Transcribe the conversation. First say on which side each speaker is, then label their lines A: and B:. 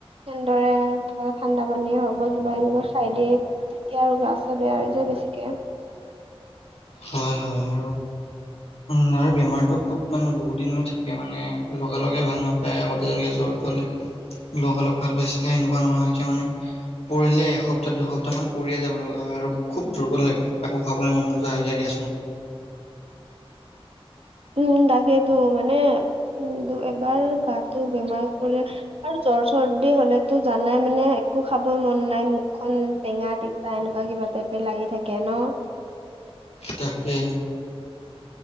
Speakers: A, on the right; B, on the left.
A: এনেদৰে ধৰা ঠাণ্ডা পানী হওক বা কিবা এনেকুৱা খাই দিয়ে এতিয়া আৰু গা-চা বেয়া হৈ যায় বেছিকে
B: হয়, হয় আৰু লাৰ বেমাৰতো খুব মানে বহুত দিনলে থাকে মানে লগে লগেই ভাল নাপ আগতে যেনেকে জ্বৰটো হ'লে লগা-লগ ভাল পাইছিলে সেনেকুৱা নহয় এতিয়া মানে পৰিলে এসপ্তাহ-দুসপ্তাহ মান পৰিয়ে যাব লগা হয় আৰু খুব দুৰ্বল লাগে একো খাবলৈ মন নাযায় দিয়াচোন
A: উম ত, কেইেতো মানে উম বাৰ গাটো বেমাৰত পৰি আৰু জ্বৰ-চৰ্দি হ'লে টো জানাই মানে একো খাব মন নাই মুখখন টেঙা-তিতা এনেকুৱা কিবা টাইপে লাগি থাকে ন' <unintelligible>
B: তাকে